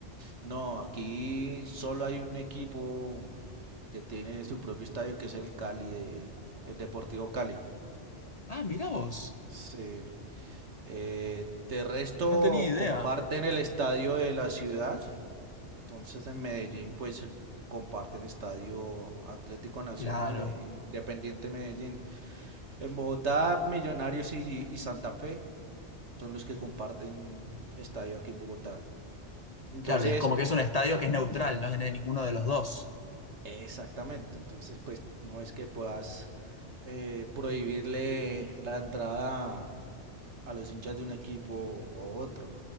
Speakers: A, on the right (about 70°); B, on the left (about 40°).
A: No, aquí solo hay un equipo que tiene su propio estadio, que es el Cali de, el Deportivo Cali.
B: Ah, mirá vos.
A: Sí. Eh, de resto,
B: No tenía idea.
A: comparten el estadio de la ciudad. Entonces, en Medellín, pues comparten estadio Atlético Nacional
B: Claro,
A: e Independiente Medellín. En Bogotá, Millonarios y, y Santa Fe son los que comparten estadio aquí en Bogotá. Entonces,
B: claro. Y es como que es un estadio que es neutral, no es de ninguno de los dos.
A: exactamente. Entonces, pues no es que puedas eh, prohibirle la entrada a los hinchas de un equipo o a otro.